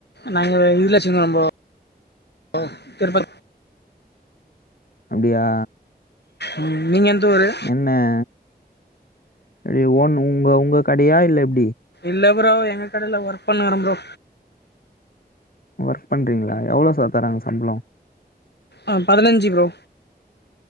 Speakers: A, on the left; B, on the left.
A: நாங்க இதுலச்சிருக்கோம் ப்ரோ திருப்ப
B: அப்டியா
A: ம் நீங்க எந்த ஊரு
B: என்ன எப்டி ஓன் உங்க உங்க கடயா இல்ல எப்டி
A: இல்ல ப்ரோ எங்க கடேல்ல ஒர்க் பண்ண வறேம்ப்ரோ
B: ஒர்க் பண்றீங்களா எவ்ளோ சார் தராங்க சம்பளம்
A: ஆஹ் பதினஞ்சு ப்ரோ